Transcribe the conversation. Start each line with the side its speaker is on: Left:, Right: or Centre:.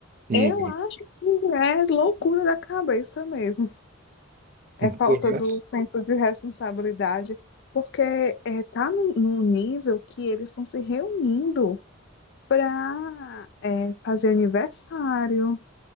Right: e
Left: Eu acho que é loucura da cabeça mesmo. É
Right: e
Left: falta
Right: tudo mais.
Left: do senso de responsabilidade, porque é, tá num, num nível que eles estão se reunindo para fazer aniversário.